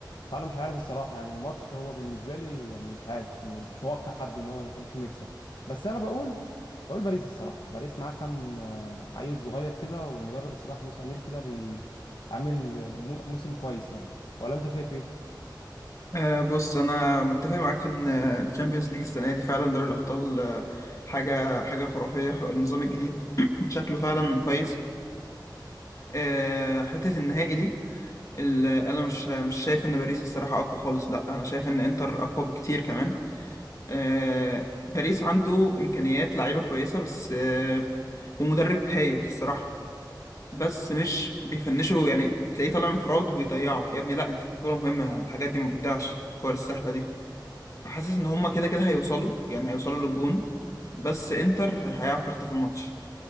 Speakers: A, on the left; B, on the left.
A: فانا مش عارف الصراحه يعني الماتش هو بالنسبه لي يعني مش عارف مش متوقع حد ان هو حد فيهم يكسب بس انا بقول بقول باريس الصراحه باريس معاه كام آه، عيل صغير كده والمدرب الصراحه لويس انريكي ده بي- عامل آه، مو- موسم كويس يعني ولا انت شايف ايه
B: آه، بص انا متفق معاك في ان الشامبيونز ليج السنه دي فعلا دوري الابطال آه، حاجه حاجه خرافيه النظام الجديد <clears throat> شكله فعلا كويس آه، حته النهائي دي ال- انا مش مش شايف ان باريس الصراحه اقوى خالص لا انا شايف ان انتر اقوى بكتير كمان آه، باريس عنده امكانيات لعيبه كويسه بس آه، ومدرب هايل الصراحه بس مش بيفنشوا يعني تلاقيه طالع انفراد ويضيعه يا ابني لا انت في بطوله مهمه الحاجات دي ما بتضيعش الكور السهله دي فحاسس ان هما كده كده هيوصلوا يعني هيوصلوا للجون بس انتر هيعرف يخطف الماتش